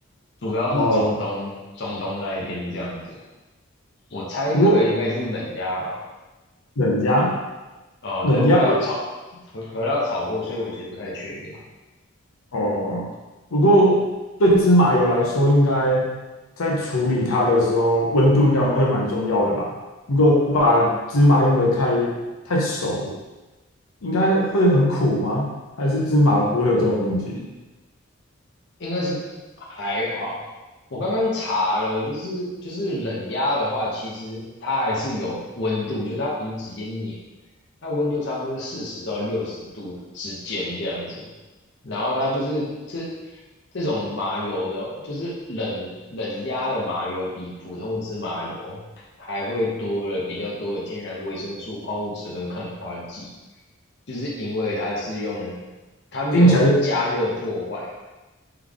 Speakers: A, on the left (about 55°); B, on the left (about 80°).
A: 主要是中东中东那一边这样子，
B: 哦，
A: 我猜这个应该就是冷压吧。
B: 不过冷压
A: 啊、
B: 冷压
A: 但是它要炒可可乐要炒过，所以我其实不太确定，
B: 哦，不过对芝麻油来说，应该在处理它的时候，温度应该会蛮重要的吧？如果把芝麻用的太太熟，应该会很苦吗？还是芝麻不会有这种问题？
A: 应该是还好。我刚刚查了，就是就是冷压的话，其实它还是有温度，就是它不是直接碾，它温度差不多四十到六十度之间这样子。然后它就是这这种麻油的，就是冷冷压的麻油，比普通的芝麻油还会多了比较多的天然维生素、矿物质跟抗氧化剂，就是因为它是用它没有加热破坏。
B: 听起来。就。